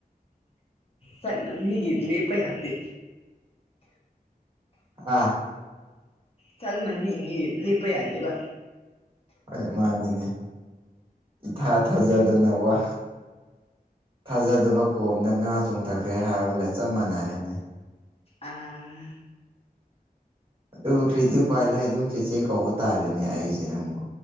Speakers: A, on the left; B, on the right.
A: ꯁꯛꯅ ꯃꯤꯒꯤ ꯂꯦꯄꯥ ꯌꯥꯗꯦ꯫
B: ꯑꯥ
A: ꯁꯛꯅ ꯃꯤꯒꯤ ꯂꯦꯞꯄ ꯌꯥꯗꯦꯕ꯫
B: ꯍꯣꯏ ꯃꯥꯅꯤꯅꯦ ꯏꯊꯥ ꯊꯥꯖꯗꯅ ꯋꯥ꯫ ꯊꯥꯖꯗꯕ ꯀꯣꯝꯗ ꯉꯥ ꯆꯣꯡꯊꯈ꯭ꯔꯦ ꯍꯥꯏꯕꯒ ꯆꯞ ꯃꯥꯟꯅꯔꯦꯅꯦ꯫
A: ꯑꯥ
B: ꯑꯗꯨꯕꯨ ꯀ꯭ꯔꯤꯗꯤ ꯎꯄꯥꯢ ꯂꯩ ꯑꯗꯨꯝ ꯆꯦꯆꯦ ꯀꯧꯕ ꯇꯥꯔꯅꯦ ꯑꯩꯁꯦ ꯅꯪꯕꯨ꯫